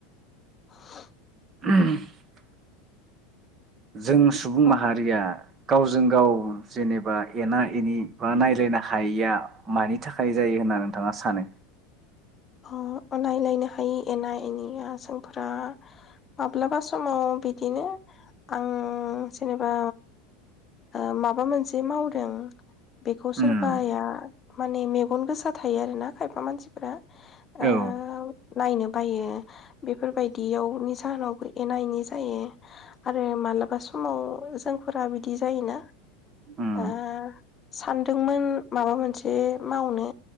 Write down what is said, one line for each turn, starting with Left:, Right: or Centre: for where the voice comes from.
Left: <inaudible>
Right: <unintelligible> जों सुबुं
Left: औ
Right: माहारिया, गावजों गाव जेनेबा एना एनि बा नायलायनो हायिया मानि थाखाय जायो होनना नोंथाङा सानो?
Left: ह नायलायनो हायि एना एनिया जोंफोरा माब्लाबा समाव बिदिनो आं जेनेबा ओ माबा मोनसे मावदों, बेखौ सोरबाआ
Right: उम
Left: माने मेगन गोसा थायो आरोना खायफा मानसिफ्रा, ओ
Right: औ
Left: नायनो बायो बेफोरबायदियावनि जाहोनावबो एना एनि जायो आरो मालाबा समाव जोंफोरा बिदि जायोना?
Right: उम
Left: ओ सानदोंमोन माबा मोनसे मावनो,